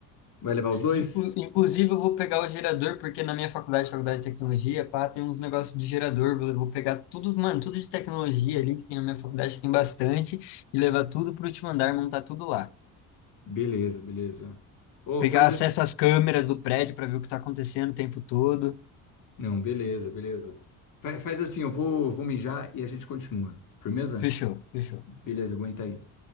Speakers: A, on the left; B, on the left.
A: vai levar os dois?
B: Inclu- Inclusive, eu vou pegar o gerador, porque na minha faculdade, faculdade de tecnologia, pá, tem uns negócios de gerador. Vou, vou pegar tudo, mano, tudo de tecnologia ali, que tem na minha faculdade, tem bastante, e levar tudo pro último andar, montar tudo lá.
A: Beleza, beleza. Ô,
B: Pegar
A: faz
B: acesso
A: assim.
B: às câmeras do prédio para ver o que tá acontecendo o tempo todo.
A: Não, beleza, beleza. Fa- Faz assim, eu vou, vou mijar e a gente continua. Firmeza?
B: Fechou, fechou.
A: Beleza, aguenta aí.